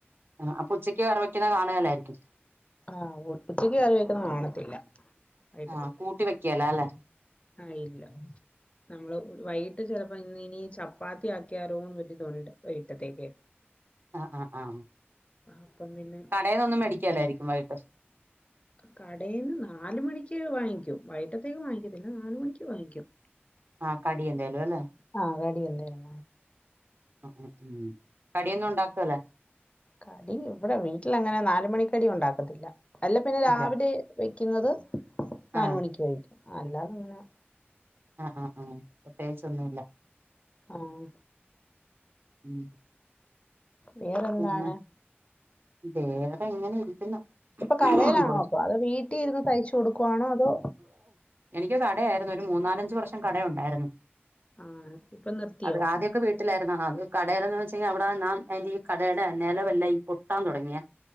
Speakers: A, on the right; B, on the left.
A: ആ ഉച്ചയ്ക്ക് കറി വയ്ക്ക്ണേ കാണുവായിരിക്കും
B: ആ ഉച്ചക്ക് കറി വെക്ക്ണേ കാണത്തില്ല വൈട്ടത്തേക്ക്
A: ആഹ് കൂട്ടി വെക്കേല അല്ലെ
B: ആ ഇല്ല നമ്മള് വൈകിട്ട് ചെലപ്പോ ഇന്നിനി ചപ്പാത്തി ആക്കിയാലോന്നൊരിതുണ്ട് വൈട്ടത്തേക്ക്
A: ആ
B: അപ്പം പിന്നെ
A: കടേന്നൊന്നും മേടിക്കല്ലായിരിക്കും വൈട്ട്
B: കടയിൽന്ന് നാല്മണിക്ക് വാങ്ങിക്കും വൈട്ടത്തേന് വാങ്ങിക്കത്തില്ല നാല് മണിക്ക് വാങ്ങിക്കും
A: ആഹ് കടി എന്തേലും അല്ലെ
B: ആഹ് കടി എന്തേലും
A: ആഹ് ഉം കടിയൊന്നും ഉണ്ടാക്കൂല്ലേ
B: കടി ഇവിടെ വീട്ടിലങ്ങനെ നാലുമണിക്കടി ഉണ്ടാക്കത്തില്ല അല്ല പിന്നെ രാവിലെ
A: ഇല്ല
B: വെക്കുന്നത് നാല്
A: ആഹ്
B: മണിക്ക് കഴിക്കും അല്ലാതെ ഇങ്ങനെ
A: ആഹ് ആഹ് ആഹ് പ്രത്യേകിച്ചൊന്നുല്ല
B: ആഹ്
A: ഉം
B: വേറെന്താണ്?
A: പിന്നെ വേറെ ഇങ്ങനെ ഇരിക്കുന്നു
B: ഇപ്പൊ കടേലാണോ
A: കൊറച്ച്
B: അപ്പൊ അത് വീട്ടീരുന്ന് തയ്ച്ചു കൊടുക്കുവാണോ അതോ
A: എനിക്ക് കടയായിര്ന്നു ഒരു മൂന്നാലഞ്ച് വർഷം കടയുണ്ടായ്രുന്നു
B: ആഹ് ഇപ്പൊ നിർത്തിയോ?
A: അത് ആദ്യക്കെ വീട്ടിലായിരുന്നു അത് കടേലേന്ന് വെച്ച് കയ്ഞ്ഞാ അവിടെ നാം എന്റീ കടയുടെ നെല വെല്ലാം ഈ പൊട്ടാൻ തുടങ്ങിയേ